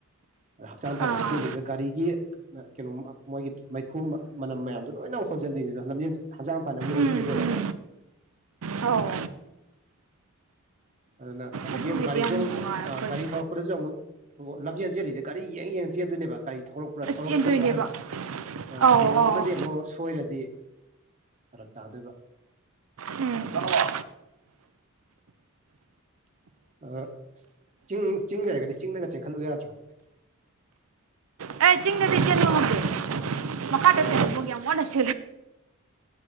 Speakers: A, on the right; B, on the right.
A: ꯍꯛꯆꯥꯡ ꯐꯒꯦꯅ
B: ꯑꯥ
A: ꯆꯦꯜꯂꯤꯗ ꯒꯥꯔꯤꯒꯤ ꯀꯩꯅꯣꯝ ꯃꯣꯏꯒꯤ ꯃꯩꯈꯨ ꯃꯅꯝ ꯃꯌꯥꯝꯗꯣ ꯂꯣꯏꯅꯃꯛ ꯍꯣꯟꯖꯟꯗꯣꯏꯅꯤꯗꯣ ꯂꯝꯖꯦꯟ ꯍꯛꯆꯥꯡ ꯐꯅ ꯂꯝꯅꯦꯟ
B: ꯎꯝ
A: ꯆꯦꯜꯂꯨꯔꯒ
B: ꯎꯝ ꯑꯧ
A: ꯑꯗꯨꯅ ꯑꯗꯒꯤ
B: ꯑꯗꯨꯒꯤꯗꯤ
A: ꯑꯃꯨꯛ ꯒꯥꯔꯤꯁꯨ
B: ꯌꯥꯝ
A: ꯑꯃꯨꯛ
B: ꯅꯨꯡꯉꯥꯏ ꯑꯩꯈꯣꯏꯗꯤ
A: ꯒꯥꯔꯤ ꯊꯧꯔꯛꯄ ꯁꯨ ꯑꯃꯨꯛ ꯂꯝꯖꯦꯟ ꯆꯦꯜꯂꯤꯁꯦ ꯒꯥꯔꯤ ꯌꯦꯡ ꯌꯦꯡ ꯆꯦꯟꯗꯣꯏꯅꯦꯕ ꯒꯥꯔꯤ ꯊꯧꯔꯛꯄ ꯄꯨꯔꯥ ꯊꯧꯔꯛꯇꯕ꯭ꯔꯥꯅ
B: ꯆꯦꯟꯗꯣꯏꯅꯦꯕ
A: ꯑ
B: ꯑꯧ
A: ꯌꯦꯡꯍꯧꯗ꯭ꯔꯗꯤ
B: ꯑꯧ
A: ꯑꯃꯨꯛ ꯁꯣꯏꯔꯗꯤ ꯐꯥꯔꯛ ꯇꯥꯗꯨꯢꯕ
B: ꯎꯝ
A: ꯑ ꯆꯤꯡ ꯆꯤꯡ ꯂꯩꯔꯒꯗꯤ ꯆꯤꯡꯗꯒ ꯆꯦꯟꯈꯠꯂꯨ ꯌꯥꯗ꯭ꯔꯣ
B: ꯑꯩ ꯆꯤꯡꯗꯗꯤ ꯆꯦꯟꯕ ꯉꯝꯗꯦ ꯃꯈꯥꯗꯐꯥꯎ
A: ꯑꯣ ꯉꯝꯃꯛꯈꯤꯅꯤ
B: ꯌꯥꯝ ꯋꯥꯅ <unintelligible>